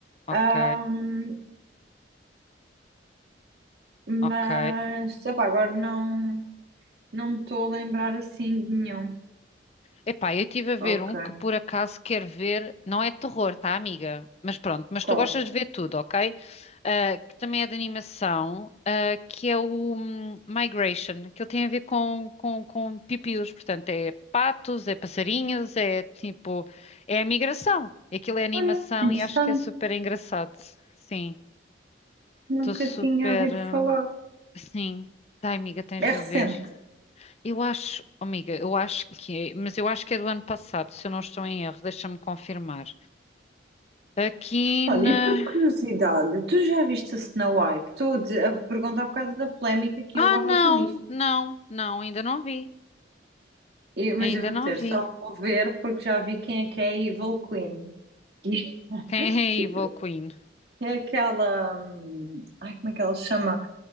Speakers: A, on the left; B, on the right.
A: Ok,
B: Ahm, mas,
A: ok.
B: epá, agora não, não me estou a lembrar assim de nenhum.
A: Epá, eu estive a ver
B: Ok,
A: um que por acaso quer ver, não é terror, tá, amiga? Mas pronto, mas
B: qual?
A: tu gostas de ver tudo, ok? Ah, que também é de animação, ah, que é o hum, Migration, que ele tem a ver com, com, com pipiús, portanto é patos, é passarinhos, é tipo, é a migração. Aquilo é animação
B: Olha, interessante,
A: e acho que é super engraçado. Sim,
B: nunca
A: estou super,
B: tinha ouvido
A: hum,
B: falar.
A: sim, tá, amiga, tens
B: É
A: de
B: recente.
A: ver. Eu acho, oh, amiga, eu acho que é, mas eu acho que é do ano passado, se eu não estou em erro, deixa-me confirmar. Aqui
B: Olha,
A: na.
B: e por curiosidade, tu já viste a Snow White? Estou a dizer- a perguntar por causa da polémica que
A: Ah,
B: houve à
A: não,
B: volta disto.
A: não, não, ainda não vi,
B: E- mas
A: ainda
B: eu vou
A: não
B: dizer,
A: vi.
B: só vou ver porque já vi quem é que é a Evil Queen. <laughs>
A: Quem é a Evil
B: Que
A: Queen?
B: É aquela. hum, Ai, como é que ela se chama?